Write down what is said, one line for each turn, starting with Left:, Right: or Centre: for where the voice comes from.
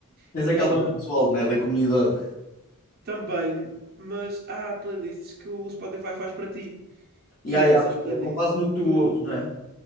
Left: Tens
Right: Imagina,
Left: aquelas do pessoal, né? Da comunidade.
Right: também, mas há playlists que o Spotify faz para ti.
Left: Ya,
Right: E essas
Left: ya,
Right: playlists,
Left: é com base no que tu
Right: tu
Left: ouves, não é?